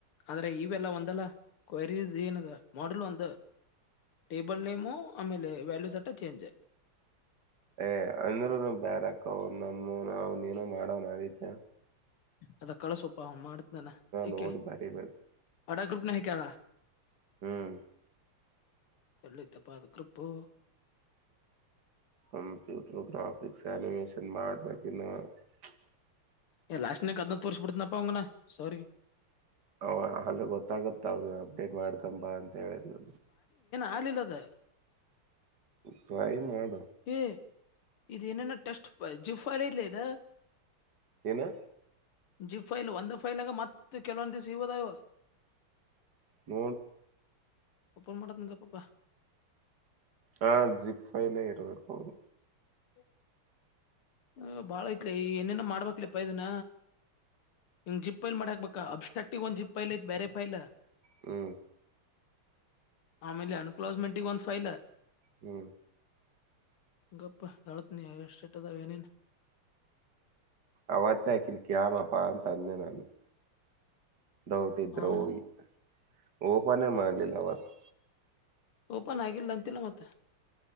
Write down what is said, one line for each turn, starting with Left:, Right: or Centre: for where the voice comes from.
Left: ಆದ್ರೆ ಇವೆಲ್ಲ ಒಂದಲ್ಲ ಕ್ರಸ್ ಏನ ಮಾಡಲ್ ಒಂದು ಟೇಬಲ್ ನೇಮು ಆಮೇಲೆ ವ್ಯಾಲ್ಯೂ ಸಟ್ಟ ಚೇಂಜ
Right: ಏ ಅಂದ್ನು ಬಾರಕ ಅವ ನಮ್ಮೂನು ಅವನ ನ ಮಾಡೋನಿತ್ಯ <unintelligible>
Left: ಅದ ಕಳಸೋಪಾ ಮಾಡತ್ನಾನ ಯಕೆ
Right: ನೋಡಿ ಬರಿಬೇಕು
Left: ಅಡ ಗ್ರೂಪ್ನ ಹೇ ಕ
Right: ಹ್ಮ್
Left: ಎಳ್ಳಿತಪ್ಪಾದ ಕೃಪ್ಪು
Right: ಕಂಪ್ಯೂಟರ್ ಗ್ರಾಫಿಕ್ಸ್ ಅನಿಮೇೇಶನ್ ಮಾಡ್ಬೇಕನ್ನು <unintelligible>
Left: ಏ ಲಾಸ್ಟ್ನಕ್ ಅದ ತೋರಿಸಿ ಬಿಡ್ತನಪ್ಪಾನಾ ಸರಿ
Right: ಅವ ಅಲ್ಲಿ ಗೊತ್ತಾಗುತ್ತ ಅವನು ಅಪ್ಡೇಟ್ ಮಾಡ್ಕಂಬ ಅಂತ ಹೇಳಿದ್ ನು
Left: ಆಲಿಲ್ಲದ
Right: ಪ್ರಾಯ ಮಾಡ
Left: ಏ ಇದೇನೇನ ಟೆಸ್ಟ್ ಜುಫೈಲ ಇಲ್ಲ ಇದ
Right: ಏನು
Left: ಜಿ ಫೈಲ್ ಒಂದು ಫೈಲ್ ಆಗ ಮತ್ತೆ ಕೆಲವೊಂದು ದಿವಸ ಇಗೋದ ಇವ
Right: ನೋ
Left: ಒಪ್ಪನ್ ಮಾಡೋಟ ನಿಗೆ ಪಾಪ
Right: ಹಾ ಜಿಪ್ ಫೈಲೇ ಇರ್ಬೇಕೌದು
Left: ಹ್ಮ ಹ ಬಾಳ ಐತ್ಲಿ ಏನೇನ ಮಾಡ್ಬೇಕಕ್ಲ ಪೈದನ ಹಿಂಗ ಜಿಪ್ ಲ್ ಮಾಡ ಹಾಕ್ಬೇಕಾ ಅಬ್ಸ್ಟಾಕ್ಟಿವ್ ಒಂದ್ ಜಿಪ್ ಲ್ ಐತ್ ಬೇರೆ ಫೈಲ್
Right: ಹ್ಮ
Left: ಆಮೇಲೆ ಅನ್ಕ್ಲೋಸ್ಮೆಂಟ್ಗ ಒಂದ್ ಫೈಲ್
Right: ಹ್ಮ
Left: ಗಪ್ ಯಳತ್ನಯ ಸೇಟದ ವೆನನ್
Right: ಅವತ್ತೇ ಹಾಕಿನ ಕ್ಯಾಮಪ ಅ ತಂದೆ ನಾನು ಡೌಟ್
Left: ಹಾ
Right: ಹೋಗಿ ಓಪನೇ ಮಾಡಲಿಲ್ಲ ಅವವತ್ತು
Left: ಓಪನ್ ಆಗಿಲ್ಲ ಅಂತಿಲ್ಲ ಮತ್ತ